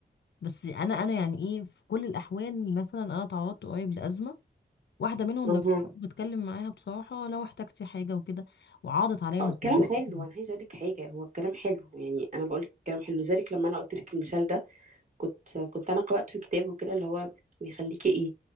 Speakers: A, on the left (about 75°); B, on the right (about 45°).
A: بس أنا أنا يعني إيه في كل الأحوال مثلا أنا تعرضت قريب لأزمة واحده منهم
B: أها.
A: لما كنت بتكلم معاها بصراحه لو احتجتي حاجه وكده وعاضت عليا
B: اه
A: مساعدات
B: الكلام حلو
A: كتير.
B: انا عايزه اقول لك حاجه هو الكلام حلو يعني انا بقول لك الكلام حلو لذلك لما انا قلت لك المثال ده كنت كنت انا قرات في كتاب وكده اللي هو بيخليكي ايه